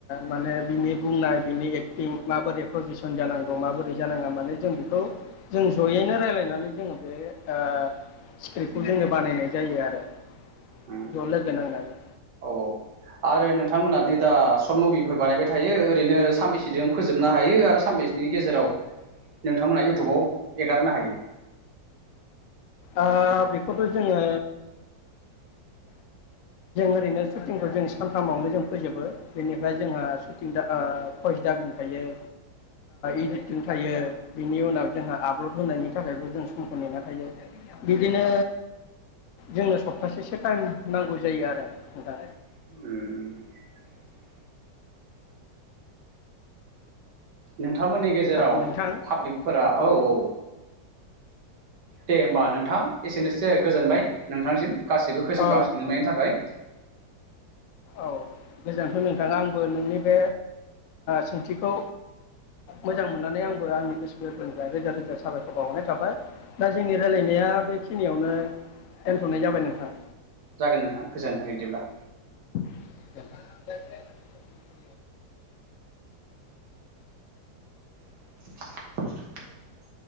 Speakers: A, on the left (about 65°); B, on the right (about 70°).
A: माने बिनि बुंनाय बिनि एक्टिं माबोरै प्रजिसन जानांगौ माबोरै जानाङा मने जों बेखौ जों जयैनो रायलायनानै जोंङो बे ओ स्क्रिप्ट खौ जोंङो बानायनाय जायो आरो
B: हम
A: ज' लोगो नांनानै
B: औ औ आरो नोंथांमोना दि दा शर्ट मुभिफोर बानायबाय थायो ओरैनो सानबैसेजों फोजोबनो हायो आरो सानबेैसेनि गेजेराव नोंथांमोनहा इउटुबाव एगारनो हायो
A: ओ बेखौथ जोंङो ओरैनो सुटिंखौ जों सानथामावनो जों फोजोबो बेनिफ्राय जोंहा सुटिं दा ओ भयस दाबिं थायो ओ इडिटिं थायो बिनि उनाव जोंहा आपलड होनायनि थाखायबो जों समखौ नेना थायो बिदिनो जोंनो सप्तासेसो टाइम नांगौ जायो आरो दा
B: उम नोंथांमोननि गेजेराव
A: नोंथां
B: पाब्लिकफोरा
A: ओ
B: औ औ दे होमबा नोंथां एसेनोसै गोजोनबाय नोंथांनिसिम गासैबो कुइसनखौ
A: नोंथां औ
B: आ सोंजुबनायनि थाखाय
A: औ गोजोनथों नोंथाङा आं बो नोंनि बे सोंथिखौ मोजां मोननानै आंबो आंनि गोसो गोरबोनिफ्राय रोजा रोजा साबायखर बावरनाय थाबाय दा जोंनि रायजलायनाया बेखिनियावनो दोनथनाय जाबाय नोंथां।
B: जागोन नोंथां गोजोनथों बिदिब्ला।
A: <unintelligible>
B: <inaudible>